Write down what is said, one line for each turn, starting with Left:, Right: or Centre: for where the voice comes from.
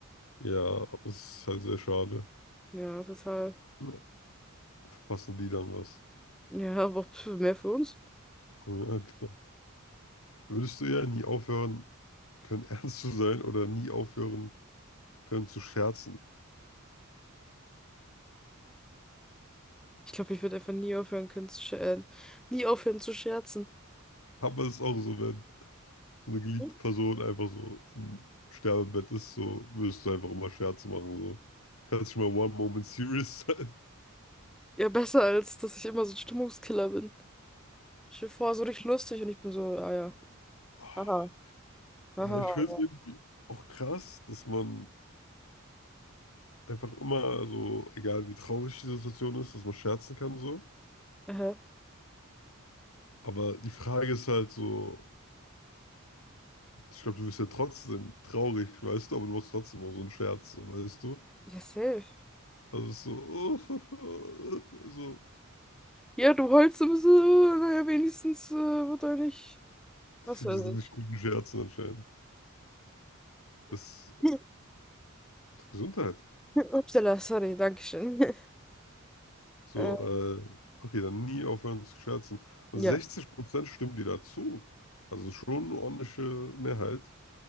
Left: Ja, aber es ist halt sehr schade.
Centre: Ja, total.
Left: Ne? Verpassen die dann was.
Centre: Ja, aber pf, mehr für uns.
Left: Ja, genau. Würdest du eher nie aufhören können, <laughs> ernst zu sein oder nie aufhören können zu scherzen?
Centre: Ich glaube, ich würde einfach nie aufhören können zu scherzen. Nie aufhören zu scherzen.
Left: Aber es ist auch so, wenn so eine geliebte
Centre: Hm?
Left: Person einfach so im Sterbebett ist, so würdest du einfach immer Scherze machen. So. Kannst du mal one moment serious sein.
Centre: Ja, besser als, dass ich immer so ein Stimmungskiller bin. Ich stell dir vor, so richtig lustig und ich bin so, ah ja,
Left: Oh,
Centre: haha, haha,
Left: Ja, ich finde
Centre: ja.
Left: es irgendwie auch krass, dass man einfach immer, also egal wie traurig die Situation ist, dass man scherzen kann so.
Centre: Aha,
Left: Aber die Frage ist halt so, ich glaube, du bist ja trotzdem traurig, weißt du, aber du machst trotzdem auch so einen Scherz, so, weißt du?
Centre: ja, safe.
Left: Also es ist so, <laughs> so,
Centre: Ja, du heulst ein bisschen, naja, wenigstens äh, wird er nicht. Was
Left: wir
Centre: weiß
Left: sind
Centre: ich.
Left: nicht guten Scherzen anscheinend. Das
Centre: <laughs>
Left: ist Gesundheit.
Centre: Upsala, sorry, Dankeschön. <laughs>
Left: So,
Centre: Äh,
Left: äh, okay, dann nie aufhören zu scherzen. Und
Centre: ja.
Left: 60% stimmen dir dazu. Also schon eine ordentliche Mehrheit.